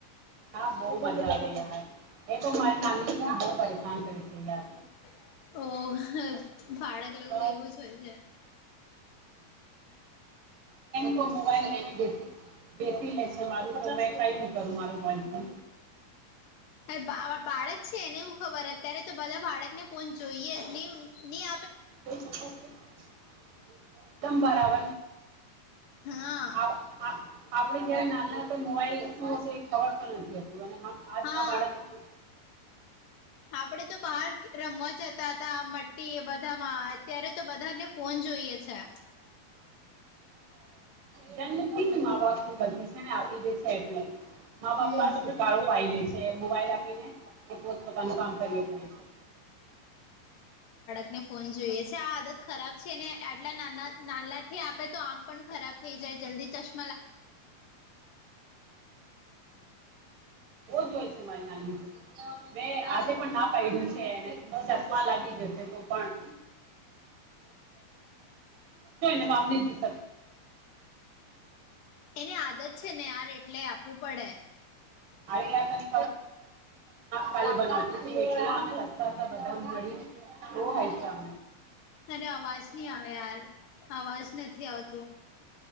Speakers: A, on the right (about 50°); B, on the left (about 70°).
A: હા બઉ મજા આવે યાર એ તો મારી નાનીને બહુ પરેશાન કરે છે યાર
B: <unintelligible>
A: <unintelligible>
B: લોકો એવું જ હોય છે
A: મોબાઈલ લઈને બેસી બેસી લે મા કઈ ન કરું મારો મોબાઈલ ફોન
B: બા બાળક છે એનેું ખબર અત્યારે તો બધા બાળકને ફોન જોઈએ ન નહી.
A: ચક્ એકદમ બરાબર.
B: હા
A: આપણે અત્યારે નાના તો મોવાઈલ શું હશે ખબર પણ નથી હો. આજના
B: હા
A: બાળકકો.
B: આપડે તો બહાર રમવા જતા હતા મટ્ટી એ બધામાં ત્યારે તો બધાને ફોન જોઈએ છે
A: જન્મ થી જ મા બાપ નું ગલતી છે ને આપી દે છે એટલે
B: હમ
A: મા બાપ આ છુટો પાી લે છે મોબાઈલ આપીને એ પોત પોતાનું કામ કરીએ કરે છે
B: ને ફોન જોઈએ છે આ આદત ખરાબ છે ને આટલા નાના નાના થી આપે તો આંખ પણ ખરાબ થઈ જાય જલ્દી ચશ
A: જ છે મારી નાગ મે આજે પણ ના પાડ્યું છે સતમા લાગી જશે તો પણ એ કામ ન જીક
B: એની આદત છે ને ાર એટલે આપવું પડે
A: અરે યાર તને કા બનાવતી એટતા બધા મળી તો હાઈ
B: તરે અવાજ નહી આવે યાર અવાજ નથી આવતો